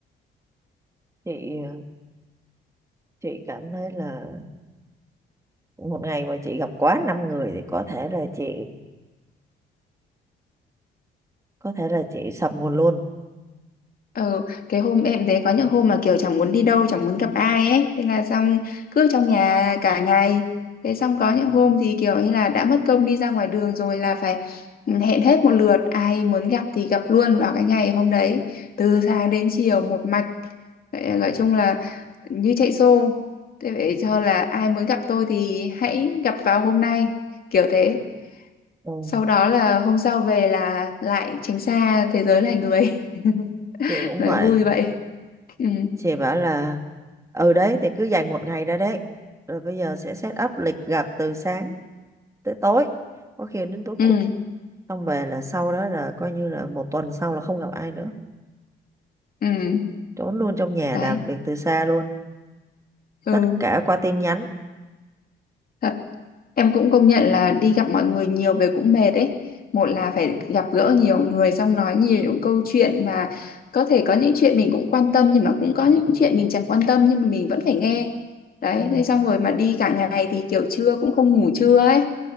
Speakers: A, on the right (about 15°); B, on the left (about 45°).
A: chị chị cảm thấy là một ngày mà chị gặp quá năm người thì có thể là chị có thể là chị sập nguồn luôn.
B: Ừ, cái hôm em thấy có những hôm mà kiểu chẳng muốn đi đâu, chẳng muốn gặp ai ấy, thế là xong cứ trong nhà cả ngày. Thế xong có những hôm thì kiểu như là đã mất công đi ra ngoài đường rồi là phải ừ, hẹn hết một lượt, ai muốn gặp thì gặp luôn vào cái ngày hôm đấy, từ sáng đến chiều một mạch. Vậy, gọi chung là như chạy xô. Thế vậy cho là ai muốn gặp tôi thì hãy gặp vào hôm nay, kiểu thế.
A: Ừ,
B: Sau đó là hôm sau về là lại tránh xa thế giới loài người. <laughs> <laughs>
A: chị cũng
B: nói
A: vậy.
B: vui vậy. Ừ.
A: chị bảo là ừ đấy thì cứ dành một ngày ra đấy rồi bây giờ sẽ set up lịch gặp từ sáng tới tối có khi đến tối
B: Ừ.
A: khuya xong về là sau đó là coi như là một tuần sau là không gặp ai nữa
B: Ừ.
A: trốn luôn trong nhà
B: Đấy.
A: làm việc từ xa luôn
B: Ừ.
A: tất cả qua tin nhắn
B: Thật. Em cũng công nhận là đi gặp mọi người nhiều về cũng mệt đấy. Một là phải gặp gỡ nhiều người xong nói nhiều những câu chuyện mà có thể có những chuyện mình cũng quan tâm nhưng mà cũng có những chuyện mình chẳng quan tâm nhưng mà mình vẫn phải nghe. Đấy,
A: ừ.
B: thế xong rồi mà đi cả ngày thì kiểu trưa cũng không ngủ trưa ấy.